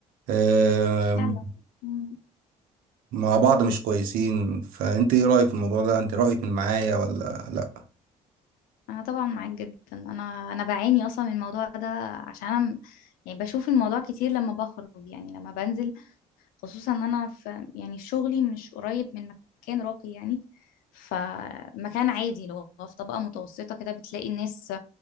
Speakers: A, on the right; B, on the left.
A: آه،
B: فعلا مم.
A: مع بعض مش كويسين فانت ايه رايك في الموضوع ده انت رايك من معايا ولا لا
B: انا طبعا معاك جدا انا انا بعاني اصلا من الموضوع ده عشان انا م- يعني بشوف الموضوع كتير لما بخرج يعني لما بنزل خصوصا ان انا في يعني شغلي مش قريب من مكان راقي يعني فمكان عادي لو في طبقة متوسطة كده بتلاقي الناس